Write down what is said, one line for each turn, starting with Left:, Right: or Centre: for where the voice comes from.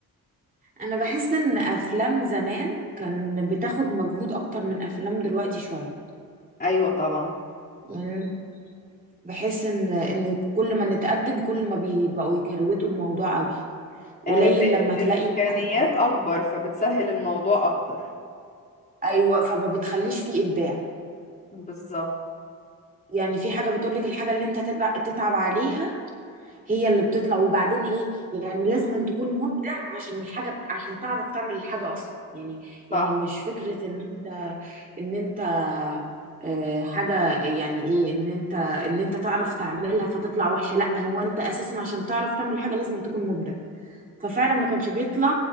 Right: انا بحس ان افلام زمان كان بتاخد مجهود اكتر من افلام دلوقتي شويه
Left: ايوه طبعا
Right: يعني بحس ان ان كل ما نتقدم كل ما بيبقوا يكروتوا الموضوع قوي قليل
Left: آه ب...
Right: لما تلاقي
Left: الامكانيات
Right: حد
Left: اكبر فبتسهل الموضوع اكتر
Right: ايوه فما بتخليش فيه ابداع
Left: بالظبط
Right: يعني في حاجة بتقولك الحاجة اللي انت تبع- تتعب عليها هي اللي بتطلع وبعدين ايه يعني لازم أن تكون مبدع عشان الحاجة بت- عشان تعرف تعمل الحاجة اصلا يعني
Left: صح
Right: يعني مش فكرة ان انت ان انت آه، حاجة يعني ايه ان انت ان انت تعرف تعملها فتطلع وحشة لا هو انت اساسا عشان تعرف تعمل حاجة لازم أن تكون مبدع ففعلا ما كانش بيطلع